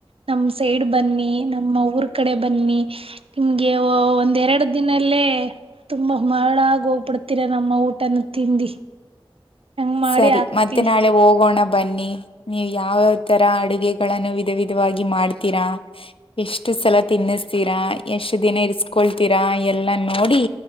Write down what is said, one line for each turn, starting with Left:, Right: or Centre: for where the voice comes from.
Right: ನಮ್ಮ ಸೈಡ್ ಬನ್ನಿ ನಮ್ಮ ಊರ್ ಕಡೆ ಬನ್ನಿ ನಿಮ್ಗೆ ವ ಒಂದ್ ಎರಡು ದಿನಲ್ಲೇ ತುಂಬಾ ಮರಳಾಗಿ ಹೋಗ್ಬಿಡ್ ಹತ್ತಿರ ನಮ್ಮ ಊಟನ್ನು ತಿಂದಿ ಹಂಗ್ ಮಾಡಿ
Left: ಸರಿ
Right: ಹಾಕ್ತಿವಿ
Left: ಮತ್ತೆ ನಾಳೆ ಹೋಗೋಣ ಬನ್ನಿ ನೀವು ಯಾವಾವ ತರ ಅಡುಗೆಗಳನ್ನು ವಿಧ ವಿಧವಾಗಿ ಮಾಡ್ತೀರಾ ಎಷ್ಟು ಸಲ ತಿನ್ನಸ್ತೀರಾ ಎಷ್ಟು ದಿನ ಇರ್ಸ್ಕೊಳ್ತೀರಾ ಎಲ್ಲಾ ನೋಡಿ